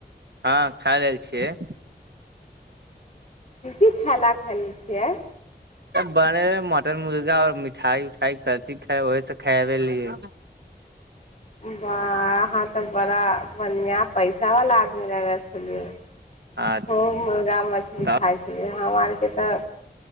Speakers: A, on the right; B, on the left.
A: हँ खा लेल छियै
B: की की खेला खेलै छियै
A: बने है मटन मुर्गा और मिठाई उठाई करती खाइ ओहसँ खाबे लिैय
B: बा अहाँ तऽ बड़ा बनिया पैसा वला आदमी रहै छै आ
A: आ
B: खूब मुर्गा मछली
A: तब
B: खाइ छलियै हमरा आरके तऽ